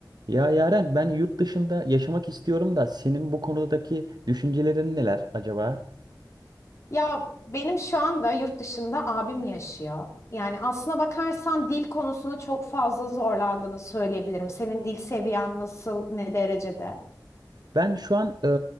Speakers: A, on the right; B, on the left.
A: Ya Yaren ben yurt dışında yaşamak istiyorum da senin bu konudaki düşüncelerin neler acaba?
B: Ya benim şu anda yurt dışında abim yaşıyor. Yani aslına bakarsan dil konusunu çok fazla zorlandığını söyleyebilirim. Senin dil seviyen nasıl, ne derecede?
A: Ben şu an